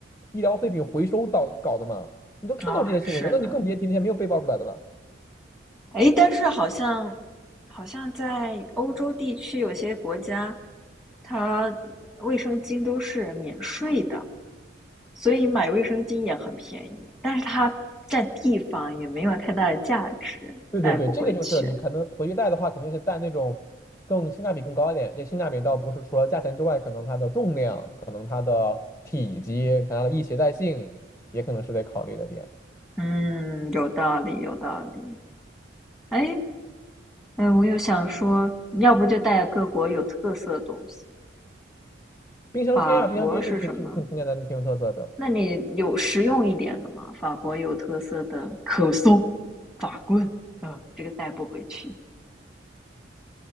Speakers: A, on the left; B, in the centre.
A: 医疗废品回收到搞的嘛？你都看到这些新闻的，
B: 啊。是呢，
A: 那你更别提那些没有被爆出来的了。
B: 诶，但是好像好像在欧洲地区有些国家，它卫生巾都是免税的。所以买卫生巾也很便宜，但是它占地方也没有太大的价值，
A: 对对对，
B: 带不回去。
A: 这个就是你可能回去带的话，肯定是带那种更性价比更高一点。这性价比倒不是除了价钱之外，可能它的重量，可能它的体积，可能它的易携带性，也可能是得考虑的点。
B: 嗯，有道理，有道理。哎，哎，我又想说，要不就带各国有特色的东西。
A: 冰箱贴啊，
B: 法国是什么？
A: 冰箱贴就挺就挺挺简单的，挺有特色的。
B: 那你有实用一点的吗？法国有特色的可颂、法棍，嗯，这个带不回去。